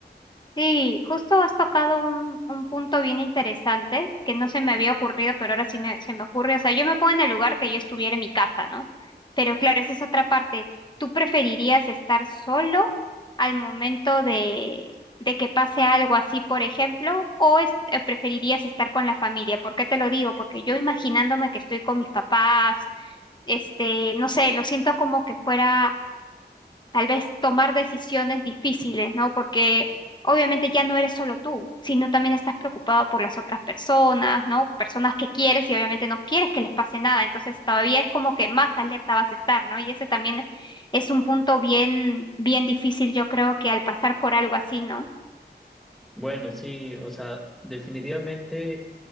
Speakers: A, on the left (about 25°); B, in the centre.
A: Sí, justo has tocado un, un punto bien interesante que no se me había ocurrido, pero ahora sí me, se me ocurre. O sea, yo me pongo en el lugar que yo estuviera en mi casa, ¿no? Pero claro, esa es otra parte. ¿Tú preferirías estar solo al momento de, de que pase algo así, por ejemplo, o es- eh, preferirías estar con la familia? ¿Por qué te lo digo? Porque yo imaginándome que estoy con mis papás, este, no sé, lo siento como que fuera tal vez tomar decisiones difíciles, ¿no? Porque obviamente ya no eres solo tú, sino también estás preocupado por las otras personas, ¿no? Personas que quieres y obviamente no quieres que les pase nada, entonces todavía es como que más alerta vas a estar, ¿no? Y ese también es un punto bien, bien difícil, yo creo que al pasar por algo así, ¿no?
B: Bueno, sí, o sea, definitivamente...